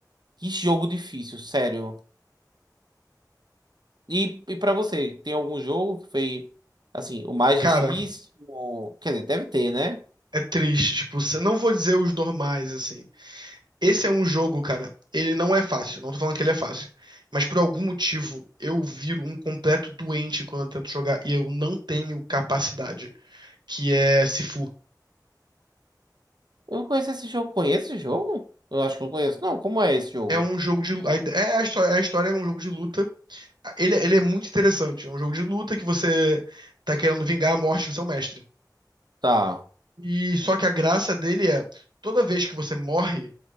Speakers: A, on the right; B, on the right.
A: que jogo difícil, sério. E, e para você, tem algum jogo que foi, assim, o mais
B: Cara,
A: difícil? Ou- Quer dizer, deve ter, né?
B: é triste, tipo, você não vou dizer os normais assim. Esse é um jogo, cara, ele não é fácil, não tô falando que ele é fácil, mas por algum motivo eu viro um completo doente quando eu tento jogar e eu não tenho capacidade, que é Sifu.
A: Eu conheço esse jogo. Conheço esse jogo? Eu acho que eu conheço. Não, como é esse jogo?
B: É um jogo de. a ide- É a história, a história é um jogo de luta. Ele, é, ele é muito interessante. É um jogo de luta que você tá querendo vingar a morte do seu mestre.
A: Tá.
B: E só que a graça dele é, toda vez que você morre,